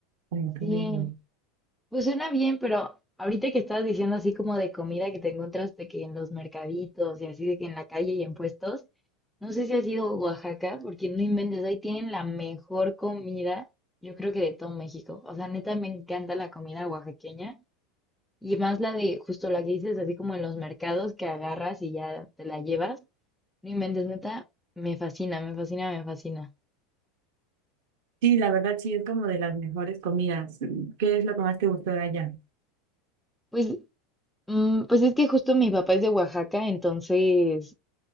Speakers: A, on the right (about 70°); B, in the centre.
A: como tú
B: sí.
A: dices.
B: Pues suena bien, pero ahorita que estabas diciendo así como de comida que te encuentras de que en los mercaditos y así de que en la calle y en puestos, no sé si has ido a Oaxaca, porque no inventes, ahí tienen la mejor comida, yo creo que de todo México. O sea, neta, me encanta la comida oaxaqueña. Y más la de, justo la que dices, así como en los mercados que agarras y ya te la llevas. No inventes, neta, me fascina, me fascina, me fascina.
A: Sí, la verdad sí es como de las mejores comidas. ¿Qué es lo que más te gustó de allá?
B: Pues, mm, pues es que justo mi papá es de Oaxaca, entonces,